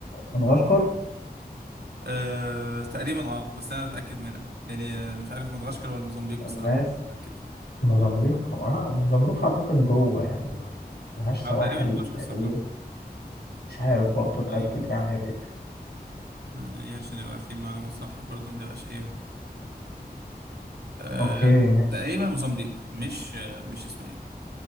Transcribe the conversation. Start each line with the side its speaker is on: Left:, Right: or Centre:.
Left: مدغشقر
Right: أه تقريبا اه بس انا متاكد منها يعني آه، مش عارف مدغشقر ولا موزمبيق بصراحه
Left: ماشي
Right: مش متاكد
Left: موزمبيق انا موزمبيق اعتقد جوه يعني ملهاش سواحل
Right: اه تقريبا مدغشقر
Left: تقريبا
Right: صح آه.
Left: مش عارف برضه اتاكد
Right: ايوه
Left: يعني يا ريت
Right: انا ايه عشان نبقى عارفين معلومه صح برضه ما نبقاش ايه أه
Left: اوكي ماشي
Right: تقريبا موزمبيق مش آه، مش اسمها ايه